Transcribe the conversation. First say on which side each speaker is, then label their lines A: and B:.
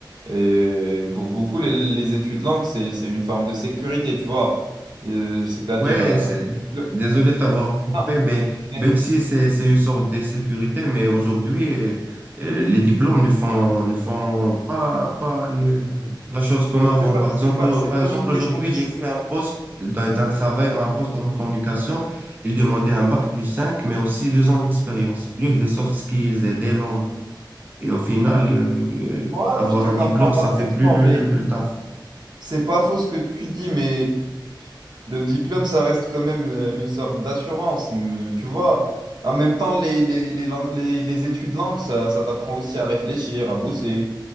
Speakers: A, on the right; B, on the right.
A: Et pour beaucoup, les, les études langues, c'est, c'est une forme de sécurité, tu vois. Euh, c'est-à-dire,
B: Ouais,
A: euh,
B: c'est...
A: un diplôme-
B: désolé de t'avoir coupé,
A: Ah,
B: mais
A: mais
B: même si c'est c'est une sorte de sécurité, mais aujourd'hui, euh, euh, les diplômes ne font, ne font pas, pas le- la chose comme avant.
A: C'est pas,
B: Par
A: c'est
B: exemple,
A: pas,
B: euh,
A: c'est
B: par
A: pas
B: exemple
A: juste
B: aujourd'hui,
A: question de...
B: j'ai fait un poste d'un d'un travail, un poste en communication. Il demandait un bac plus 5, mais aussi deux ans d'expérience, plus des soft skills et des langues. Et au final, euh, euh,
A: Ouais, ouais,
B: avoir
A: je te comprends
B: un diplôme,
A: parfaitement,
B: ça fait plus le,
A: mais
B: le, le taf.
A: c'est pas faux ce que tu dis, mais le diplôme, ça reste quand même euh, une sorte d'assurance, mais tu vois. En même temps, les, les, les, langues- les, les études langues, ça, ça t'apprend aussi à réfléchir, à bosser,